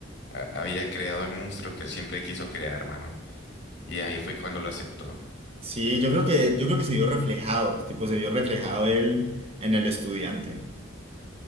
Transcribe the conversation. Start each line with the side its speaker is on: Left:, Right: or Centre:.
Left: a- había creado al monstruo que él siempre quiso crear, mano. Y ahí fue cuando lo aceptó.
Right: Sí, yo creo que, yo creo que se vio reflejado, pues, tipo, se vio reflejado él en el estudiante.